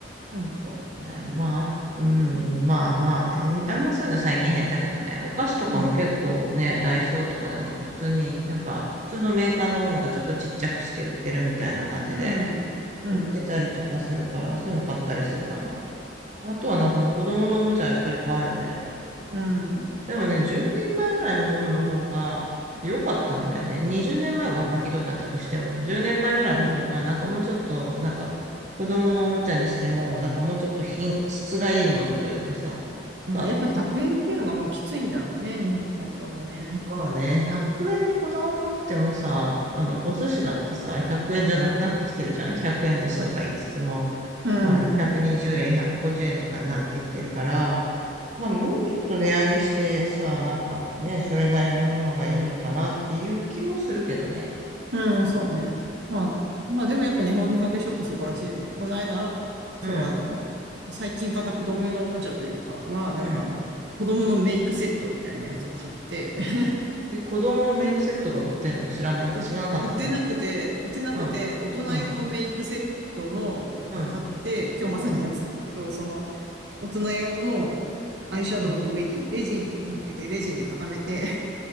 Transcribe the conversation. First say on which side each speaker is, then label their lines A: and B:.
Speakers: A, on the right (about 65°); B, on the right (about 40°).
A: うん、
B: そうね。まあ、うん、まあまあね。あんまそういうの最近減ったけどね。お菓子とかも結構ね、
A: うん、
B: ダイソーとかでも普通になんか、普通のメーカーのものがちょっとちっちゃくして売ってるみたいな感じで。
A: うん、うん、
B: 売ってたりとかするから、そういうの買ったりするかな。あとはなんかまあ子供のおもちゃやっぱり買うよね。
A: うん、
B: でもね、10年前ぐらいのものの方が良かったんだよね。20年前はまあひどかったとしても、10年前ぐらいの方がなんかもうちょっと、
A: うん、
B: なんか子供のおもちゃにしても、なんかもうちょっと品質がいいものというかさ、
A: まあ、
B: まあ
A: やっぱ100円っていうのがもうきついんだろうね、日本体操もね。
B: まあね、100円にこだわんなくてもさ、あの、お寿司だってさ、100円じゃなくなってきてるじゃん ?100 円寿司とか言いつつも、
A: うん、うん、
B: まあ、120円、150円とかになってきてるから、まあ、もうちょっと値上げしてさ、なんかね、それなりのものがいいのかなっていう気もするけどね。
A: うんそうね。まあ、まあでもやっぱ日本の100円ショップ素晴らしいよね。この間、そう、
B: うん、
A: あの、最近買った子供用のおもちゃというかは、なんかあの、
B: うん。
A: 子供のメイクセットみたいなやつを買って、<laughs>
B: え、子供のメイクセットが売ってんの知らない、知らなかったんだけど。
A: う売ってなくて、売ってなくて、
B: うん、
A: 大人用のメイクセットの、
B: うん、うん、
A: を買って、今日まさにやってたんだけど、
B: うん、
A: その、大人用のアイシャドウの上にレジン乗っけて、
B: うん。
A: レジンで固めて、